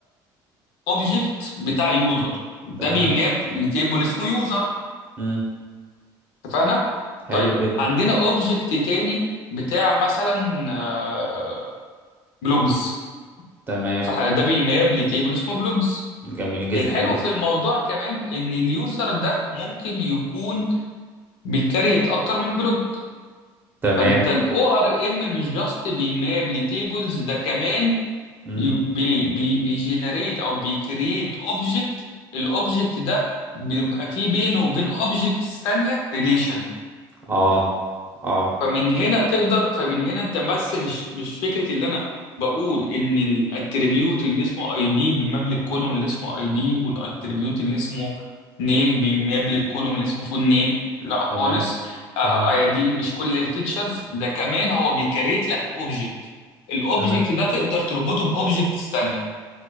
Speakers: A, on the left; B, on the right.
A: اوبجكت بتاع يوزر ده
B: تمام
A: بيماب لتيبل اسمه يوزر
B: امم
A: اتفقنا
B: حلو
A: طيب
B: جدا
A: عندنا اوبجكت تاني بتاع مثلا آه، بلوجز
B: تمام
A: فده بيماب لتيبل اسمه بلوجز
B: جميل جدا
A: الحلو
B: جدا
A: في الموضوع كمان ان اليوزر ده ممكن يكون بيكريت اكتر من بلوج
B: تمام
A: فانت الاو ار ام مش جاست بيماب لتيبلز ده كمان
B: امم
A: ي- بي بي بيجنريت او بيكريت اوبجكت الاوبجكت ده بيبقى فيه بينه وبين اوبجكتس تانية ريليشن
B: اه اه
A: فمن هنا تقدر فمن هنا انت بس مش مش فكره اللي انا بقول ان الاتريبيوت اللي اسمه اي دي بيماب الكولوم اللي اسمه اي دي والاتريبيوت اللي اسمه نيم بيماب الكولوم اللي اسمه فول نيم لا خالص
B: تمام
A: آه
B: تمام
A: آه، دي مش كل الفيتشرز ده كمان هو بيكريت لك اوبجكت الاوبجكت
B: تمام
A: ده تقدر تربطه باوبجكتس تانية